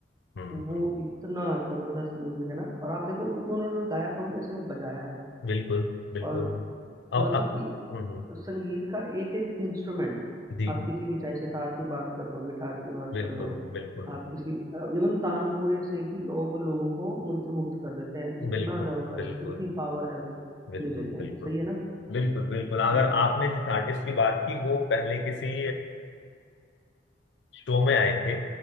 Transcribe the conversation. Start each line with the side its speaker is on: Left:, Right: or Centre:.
Left: हम्म
Right: वो
Left: हम्म
Right: इतना जबरदस्त म्यूजिक है ना और आप देखो उसमें उन्होंने गाया तो या सिर्फ बजाया है
Left: बिल्कुल बिल्कुल
Right: और
Left: और
Right: मतलब
Left: अ-
Right: कि
Left: हम्म हम्म,
Right: तो संगीत का एक एक इंस्ट्रूमेंट
Left: जी
Right: आप किसी भी चाहे सितार की बात कर लो गिटार की बात
Left: बिल्कुल
Right: कर लो
Left: बिल्कुल
Right: आप किसी इवन तानपुरे से भी लोग लोगों को मंत्रमुग्ध कर देते हैं इतना
Left: बिल्कुल
Right: जबरदस्त
Left: बिल्कुल
Right: इतनी
Left: बिल्कुल
Right: पावर है म्यूजिक
Left: बिल्कुल
Right: में सही है ना
Left: बिल्कुल बिल्कुल अगर
Right: हम्म
Left: आपने जिस आर्टिस्ट की बात की वो पहले किसी शो में आए थे